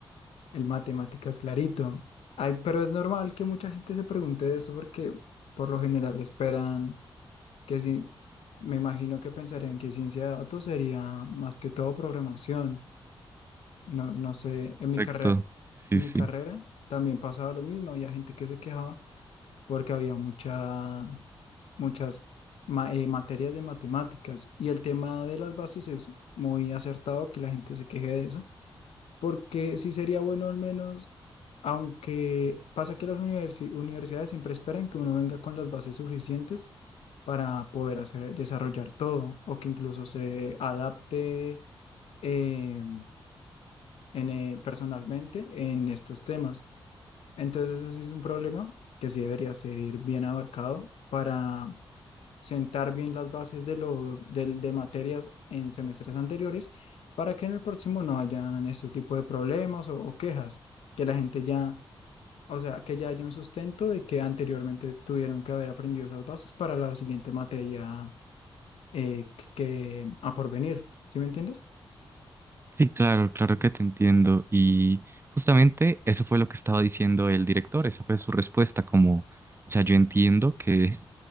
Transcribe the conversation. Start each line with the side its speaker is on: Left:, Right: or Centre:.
Left: El matemáticas, clarito. Ay, pero es normal que mucha gente se pregunte eso porque por lo general esperan que si, me imagino que pensarían que ciencia de datos sería más que todo programación. No, no sé, en mi
Right: Correcto,
Left: carrera,
Right: sí,
Left: en
Right: sí.
Left: mi carrera también pasaba lo mismo. Había gente que se quejaba porque había mucha, muchas ma- eh, materias de matemáticas y el tema de las bases es muy acertado que la gente se queje de eso porque sí sería bueno al menos, aunque pasa que las universi- universidades siempre esperan que uno venga con las bases suficientes para poder hacer, desarrollar todo o que incluso se adapte eh, en, eh, personalmente en estos temas. Entonces eso sí es un problema que sí debería ser bien abarcado para sentar bien las bases de los del- de, materias en semestres anteriores para que en el próximo no hayan este tipo de problemas o, o quejas, que la gente ya, o sea, que ya haya un sustento de que anteriormente tuvieron que haber aprendido esas bases para la siguiente materia eh, que que a porvenir, ¿sí me entiendes?
Right: Sí, claro, claro que te entiendo. Y justamente eso fue lo que estaba diciendo el director, esa fue su respuesta, como, o sea, yo entiendo que,